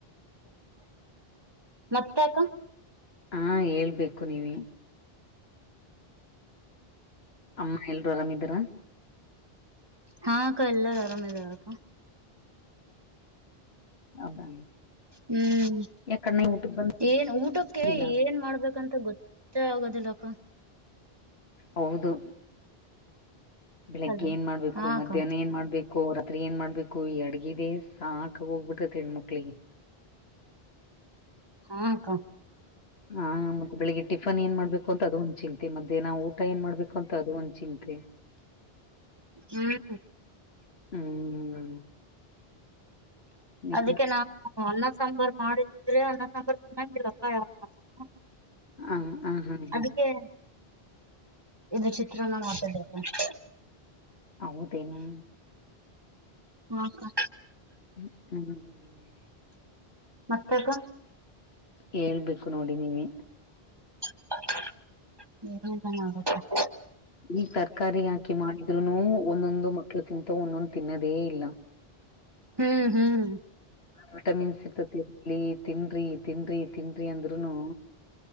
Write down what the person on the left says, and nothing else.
ಹಾಂ ಹೇಳ್ಬೇಕು ನೀವೇಯ ಅಮ್ಮ ಎಲ್ರೂ ಆರಾಮ್ ಇದಾರಾ
ಹೌದಾ
ಯಾಕಣ್ಣ ಊಟಕ್
ಬಂದಿಲ್ಲ
ಹೌದು ಬೆಳಗ್ಗೆ
ಏನ್ ಮಾಡ್ಬೇಕು
ಮಧ್ಯಾಹ್ನ
ಏನ್ ಮಾಡ್ಬೇಕು ಕೋ ರಾತ್ರಿ ಏನ್ ಮಾಡ್ಬೇಕು ಈ ಅಡ್ಗಿದೆ ಸಾಕ ಹೋಗ್ಬಿಟ್ಟೈ ಹೆಣ್ಮಕ್ಳಿಗೆ
ಹಾಂ ಮತ್ತೆ ಬೆಳಿಗ್ಗೆ ಟಿಫನ್ ಏನ್ ಮಾಡ್ಬೇಕು ಅಂತ ಅದು ಒಂದ್ ಚಿಂತೆ ಮದ್ಯಾಹ ನಾ ಊಟ ಏನ್ ಮಾಡ್ಬೇಕು ಅಂತ ಅದು ಒಂದ್ ಚಿಂತೆ
ಹ್ಮ್ ನಿಮ್ದು
ಹ ಹ ಹಾ ಹಾ
ಹೌದೇನು
ಹ್ಮ್ ಹ್ಮ್
ಹೇಳ್ಬೇಕು ನೋಡಿ ನೀವೇ
ಈ ಸರ್ಕಾರಿ ಹಾಕಿ ಮಾಡಿದ್ರುನು ಒಂದೊಂದು ಮಕ್ಳು ತಿಂತವು ಒಂದೊಂದು ತಿನ್ನೋದೇ ಇಲ್ಲ
ವಿಟಮಿನ್ಸ್ ಸಿಕ್ತಾತಿ ತಿಲಿ ತಿನ್ರಿ ತಿನ್ರಿ ತಿನ್ರಿ ಅಂದ್ರುನು